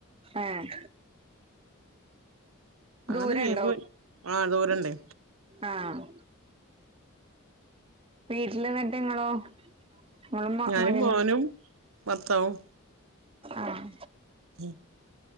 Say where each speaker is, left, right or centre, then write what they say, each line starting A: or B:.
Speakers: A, on the right; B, on the right.
A: ഏഹ്
B: അങ്ങനെ
A: ദൂരണ്ടോ
B: ലീവ്. ആ ദൂരെണ്ടേ.
A: ആഹ് വീട്ടിലെന്നിട്ട് നിങ്ങളോ? നിങ്ങളും മ
B: ഞാനും
A: മകനും
B: മോനും ബർത്താവും
A: ആഹ്
B: ഉം